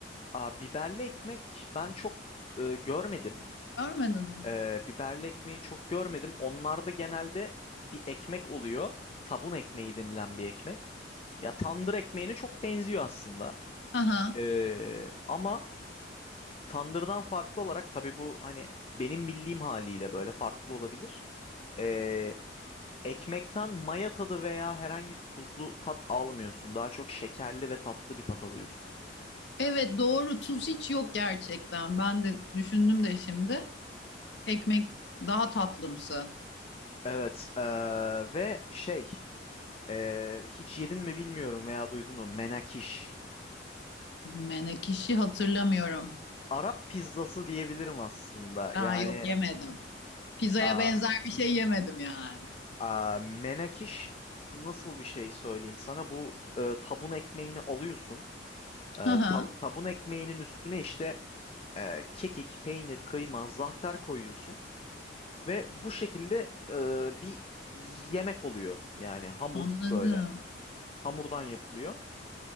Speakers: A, on the left; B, on the left.
A: a, biberli ekmek ben çok e, görmedim.
B: Görmedin mi?
A: Ee, biberli ekmeği çok görmedim. Onlarda genelde bir ekmek oluyor. Tabun ekmeği denilen bir ekmek. Ya tandır ekmeğine çok benziyor aslında.
B: Aha.
A: Ee, ama tandırdan farklı olarak tabii bu hani benim bildiğim haliyle böyle farklı olabilir. Ee, ekmekten maya tadı veya herhangi bir tuzlu tat almıyorsun. Daha çok şekerli ve tatlı bir tat alıyorsun.
B: Evet doğru tuz hiç yok gerçekten. Ben de düşündüm de şimdi. Ekmek daha tatlımsı.
A: Evet ee, ve şey ee, hiç yedin mi bilmiyorum veya duydun mu menakiş.
B: Menekşe hatırlamıyorum.
A: Arap pizzası diyebilirim aslında. Yani
B: Aa yok yemedim. Pizzaya
A: aa,
B: benzer bir şey
A: Hı hı.
B: yemedim yani.
A: aa, menakiş nasıl bir şey söyleyeyim sana? Bu e, tabun ekmeğini alıyorsun. E,
B: Hı hı,
A: ta- tabun ekmeğinin üstüne işte e, kekik, peynir, kıyma, zahter koyuyorsun. Ve bu şekilde e, bir yemek oluyor. Yani hamur
B: Anladım.
A: böyle. Hamurdan yapılıyor.